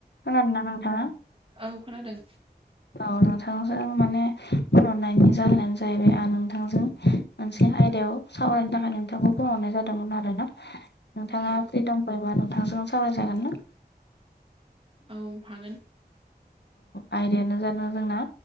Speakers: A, on the left (about 80°); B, on the right (about 30°).
A: खोनादोंना नोंथाङा?
B: औ खोनादों।
A: औ नोंथांजों माने फोरनननायनि जाहोनानो जाहैबाय आं नोंथांजों मोनसे आयदायाव सावरायनो थाखाय नोंथांखौ फनहरनाय जादोंमोन आरो ना नोंथाङा
B: औ
A: फ्रि दम फैबा नोंथांजों सावरायजागोन ना?
B: औ हागोन
A: आयदायानो जादों जोंना